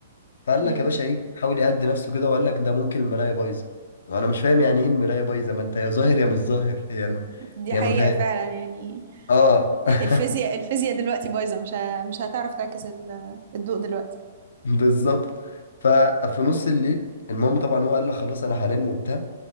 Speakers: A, on the left; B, on the right.
A: فقال
B: امم
A: لك يا باشا ايه حاول يهدي نفسه كده وقال لك ده ممكن المرايه بايظه وانا مش فاهم يعني ايه المرايه بايظه ما انت يا ظاهر يا مش ظاهر هي ما
B: دي
A: هي
B: حقيقه
A: ما فاهم
B: فعلا يعني
A: اه <laughs>
B: الفيزياء الفيزياء دلوقتي بايظه مش ه- مش هتعرف تعكس ال- الضوء دلوقتي
A: بالظبط ففي نص الليل المهم طبعا هو قال لك خلاص انا هنام وبتاع